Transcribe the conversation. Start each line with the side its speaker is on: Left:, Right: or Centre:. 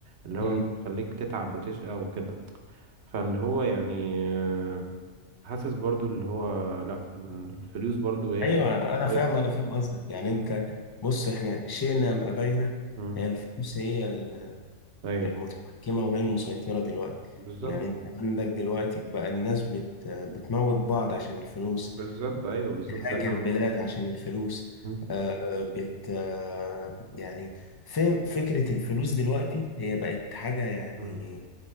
Right: اللي
Left: مم.
Right: هو بتخليك تتعب وتشقى وكده فاللي هو يعني آه، حاسس برضه اللي هو لا الفلوس برضه هي
Left: ايوه انا فاهم
Right: المسيطر
Left: انا فاهم قصدك يعني
Right: مم.
Left: انت بص احنا شئنا ام ابينا
Right: مم.
Left: هي الفلوس هي ال-
Right: ايوه
Left: المتحكمه وهي المسيطره دلوقتي
Right: بالظبط
Left: يعني انت عندك دلوقتي بقى الناس بت بتموت بعض عشان الفلوس
Right: بالظبط ايوه بالظبط
Left: بتهاجر
Right: ده اللي انا
Left: بلاد
Right: بقوله
Left: عشان الفلوس
Right: مم،
Left: آه، بت آه، يعني فين فكره الفلوس دلوقتي هي بقت حاجه يعني
Right: مم،